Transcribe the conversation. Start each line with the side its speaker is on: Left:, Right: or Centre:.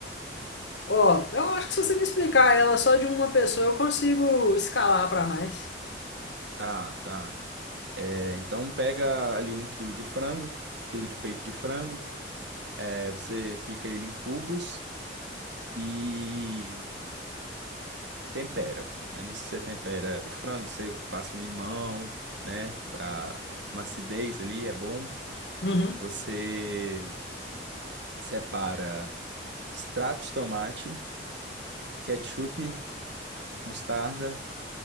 Left: Ó, eu acho que se você me explicar ela só de uma pessoa, eu consigo escalar pra mais.
Right: Tá, tá. É, então pega ali um quilo de frango, quilo de peito de frango. é, você pica ele em cubos e tempera. né? Nisso que você tempera o frango, você passa um limão, né? Pra uma acidez ali, é bom.
Left: Uhum.
Right: Você separa extrato de tomate, ketchup, mostarda.